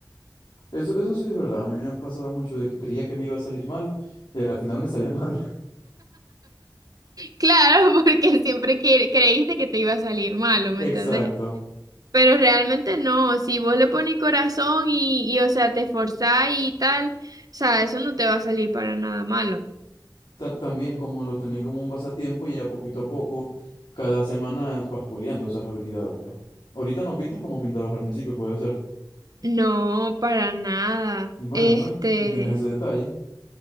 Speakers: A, on the left (about 80°); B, on the right (about 55°).
A: Eso, eso sí es verdad. A mí me pasaba mucho de que creía que me iba a salir mal, y al final me salía mal.
B: Claro, <laughs> porque siempre que- creíste que te iba a salir malo, ¿me
A: <laughs> Exacto.
B: entendéis? Pero realmente no. Si vos le pones corazón y, y, o sea, te esforzás y tal, o sea, eso no te va a salir para nada malo.
A: Ta- también como lo tenés como un pasatiempo y a poquito a poco, cada semana vas puliendo esas habilidades. Ahorita no pintas como pintabas al principio, puede ser.
B: No, para nada.
A: Bueno,
B: Este,
A: y, y tienes ese detalle.